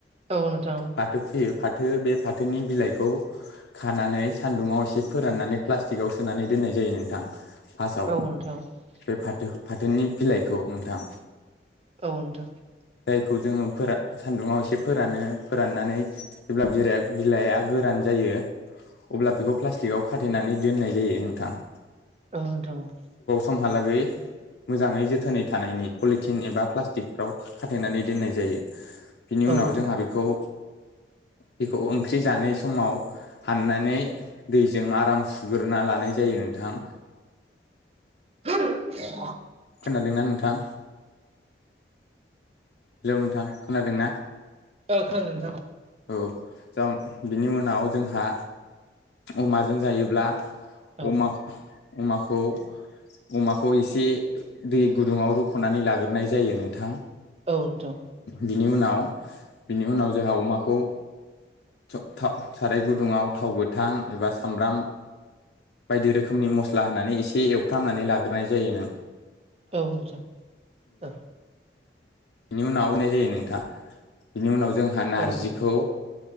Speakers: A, on the right; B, on the left.
A: औ नोंथां औ नोंथां
B: फाथो खुयो फाथो बे फाथोनि बिलाइखौ खानानै सान्दुङाव एसे फोराननानै प्लास्टिकआव सोनानै दोननाय जायो नोंथां। फार्स्टआव
A: औ नोंथां औ ।
B: बे फाथो फाथोनि बिलाइखौ नोंथां
A: औ नोथां ।
B: खौ जोङो फोरा सान्दुङाव एसे फोरानो फोराननानै जेब्ला बिराया बिलाइआ गोरान जायो यो अब्ला बेखौ प्लास्टिकआव खाथेनानै दोननाय जायो नोंथां ।
A: औ नोंथां ।
B: उनहालागै मोजाङै जोथोनै थानायनि पलिथिन एबा प्लास्टिकफोराव खाथेनानै दोननाय जायो बि नि
A: औ
B: उनाव
A: नोंथां
B: जोंहा बेखौ बेखौ ओंख्रि जाना समाव हाननानै दैजों आराम सुग्रोना लानाय जायो नोंथां।
A: <inaudible>
B: खोनादोंना नोंथां? हेलौ नोंथां खोनादों ना?
A: ओ खोनादों नोंथां औ ।
B: औ जाउन बिनि उनाव जोंहा अमाजों जायोब्ला
A: औ
B: अमा अमाखौ अमाखौ एसे दै गुदुङाव रुख'नानै लाग्रोनाय जायो नोंथां।
A: औ नोंथां।
B: बिनि उनाव बिनि उनाव जोंहा अमाखौ स' था साराय गुदुङाव थाव गोथां एबा सामब्राम बायदि रोखोमनि मस्ला होननानै एसे एवफ्रामनानै लाग्रोनाय जायो नों
A: औ नोंथां ओ
B: बिनि उनाव होनाय जायो नोंथां बिनि उनाव जोंहा नारजिखौ
A: औ नोंथां